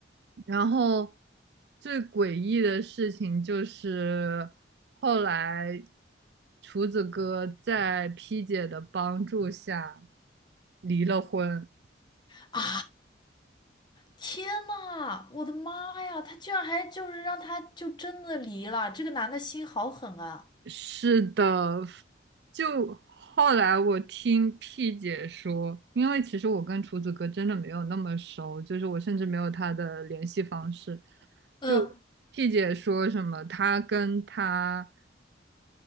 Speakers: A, on the right; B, on the left.
A: 然后最诡异的事情就是后来厨子哥在 P 姐的帮助下离了婚。
B: 啊！天呐，我的妈呀，他居然还就是让他就真的离了，这个男的心好狠啊！
A: 是的，就后来我听 P 姐说，因为其实我跟厨子哥真的没有那么熟，就是我甚至没有他的联系方式。
B: 嗯，
A: 就 P 姐说什么，他跟他。